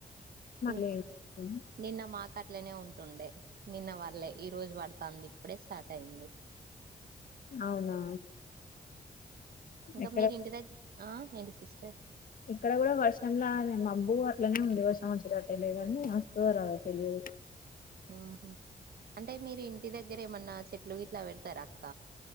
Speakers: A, on the right; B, on the left.
A: ని
B: లేదు ఉమ్
A: నిన్న మాకు అట్లనే ఉంటుండే నిన్న పల్లే ఈ రోజు పడతాంది ఇప్పుడే స్టార్ట్ అయింది
B: అవునా
A: ఇంకా
B: ఎక్కడ
A: మీరి ఇంటి దగ్గ ఏంటి సిస్టర్
B: ఇక్కడ కూడా వర్షంలా మబ్బు అట్లనే ఉంది వర్షం వచ్చేటట్టేలేగాని వస్తదో రాదో తెలియదు
A: ఉహు అంటే మీరు ఇంటి దగ్గర ఏమన్నా చెట్లు ఇట్లా పెడతారా అక్క